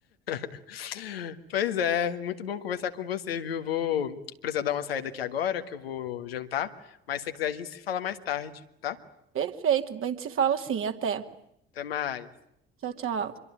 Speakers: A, on the left; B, on the right.
A: <laughs> Pois é, muito bom conversar com você, viu? Vou precisar dar uma saída aqui agora, que eu vou jantar. Mas se você quiser, a gente se fala mais tarde, tá?
B: Perfeito. A gente se fala assim. Até.
A: Até mais.
B: Tchau, tchau.